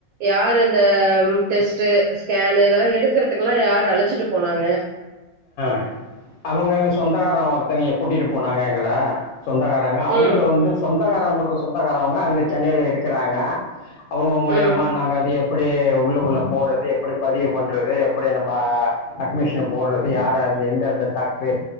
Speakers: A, on the right; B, on the left.
A: யாரு இந்த ஆ டெஸ்ட்டு ஸ்கேன்னு இதெல்லா எடுக்கிறதுக்குல்லா யாரு அழைச்சிட்டு போனாங்க
B: ஆ அவங்க சொந்தகார ஒருத்த கூட்டிட்டு போனாங்க எங்களை சொந்தகாரங்க அவங்க
A: ம்
B: வந்து சொந்த சொந்தக்காரவுங்களுக்கு சொந்தகாரவங்க அங்கு சென்னையில இருக்கிறாங்க அவங்க மூலியமா
A: ம்
B: நாங்க அது எப்படி உள்ளுக்குள்ள போறது எப்படி பதிவு பண்றது எப்படி நம்ம அட்மிஷன் போடுறது யார எந்தந்த டாக்டர்